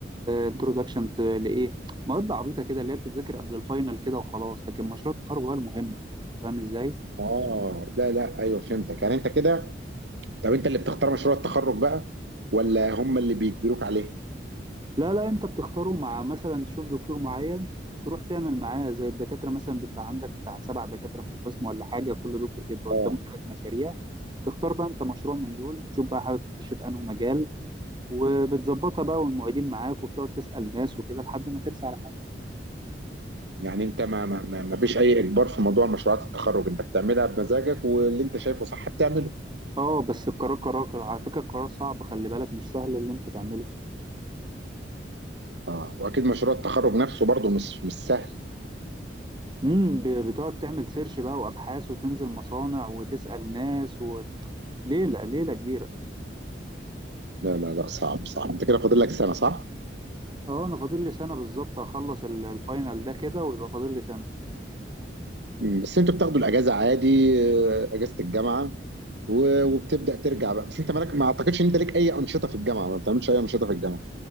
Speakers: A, on the right; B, on the right.
A: انترودكشن لإيه مواد عبيطة كده اللي هي بتتذاكر قبل الفاينل كده وخلاص لكن مشروع التخرج هو المهم أنت فاهم ازاي؟
B: اه لا لا ايوه فهمتك يعني انت كده طب انت اللي بتختار مشروع التخرج بقى ولا هم اللي بيجبروك عليه
A: لا لا انت بتختاره مع مثلا تشوف دكتور معين تروح تعمل معاه زي الدكاترة مثلا بيبقى عندك بتاع سبع دكاترة في القسم ولا حاجة كل دكتور بيبقى
B: اه
A: قدامه ثلاث مشاريع تختار بقى انت مشروع من دول تشوف بقى حابب تخش في انه مجال وبتظبطها بقى والمعيدين معاك وبتقعد تسأل ناس وكده لحد ما ترسى على حد
B: يعني انت ما ما ما ما فيش اي اجبار في موضوع مشروعات التخرج انت بتعملها بمزاجك واللي انت شايفه صح بتعمله
A: اه بس القرار قرار على فكرة القرار صعب خلي بالك مش سهل اللي انت تعمله
B: اه واكيد مشروع التخرج نفسه برضه مش مش سهل
A: امم ب- بتقعد تعمل سيرش بقى وابحاث وتنزل مصانع وتسأل ناس وليلة ليلة كبيرة
B: لا لا لا صعب صعب انت كده فاضل لك سنه صح
A: اه انا فاضل لي سنة بالظبط هخلص ال- الفاينل ده كده ويبقى فاضل لي سنة
B: مم، بس انتوا بتاخدوا الاجازه عادي آه، اجازه الجامعه و- وبتبدا ترجع بقى بس انت مالك ما اعتقدش ان انت ليك اي انشطه في الجامعه ما بتعملش اي انشطه في الجامعه